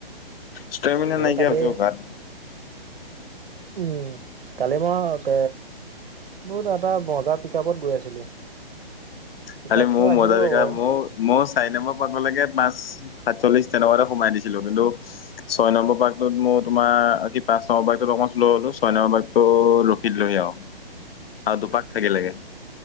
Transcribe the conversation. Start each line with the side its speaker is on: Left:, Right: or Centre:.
Left: ষ্টেমিনা
Right: ত'
Left: নাইকিয়া
Right: কালি,
Left: হৈছে অ' গাত
Right: উম কালি মই ক বহুত এটা মজা পিক আপত গৈ আছিলো। পিক
Left: খালি
Right: আপটো
Left: মো
Right: আহি
Left: মজা
Right: যাব
Left: পিকআপ
Right: বাৰু
Left: মো মও চাৰি নম্বৰ পাবলৈকে পাঁচ, সাতচল্লিশ তেনেকুৱাতে সোমাই দিছিলো কিন্তু ছয় নম্বৰ পাকটোত মই তোমাৰ কি পাঁচ নম্বৰ পাকটোত অকণ শ্ল হলোঁ, ছয় নম্বৰ পাকটোত ৰখি দিলোঁহী আও।
Right: <inaudible>
Left: আৰু দুপাক থাকিলেগে।